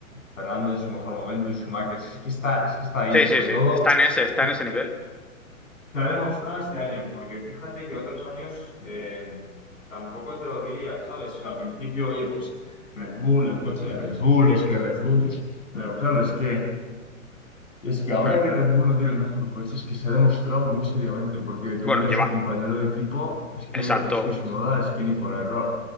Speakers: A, on the left; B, in the centre.
A: Fernando en su mejor momento, un Schumacher. Es que está, es que está ahí,
B: Sí,
A: sobre
B: sí, sí.
A: todo.
B: Está en ese, está
A: Es
B: en ese
A: que
B: nivel.
A: se ha demostrado este año, porque fíjate que otros años eh, tampoco te lo diría, ¿sabes? O sea, al principio, oye, pues Red Bull, el coche de Red Bull, es que Red Bull. Pero claro, es que es que ahora
B: Mm.
A: que Red Bull no tiene el mejor coche, es que se ha demostrado muy seriamente, porque tú
B: Bueno,
A: miras
B: lleva.
A: su compañero de equipo, es que
B: Exacto.
A: es que Tsunoda es que ni por error.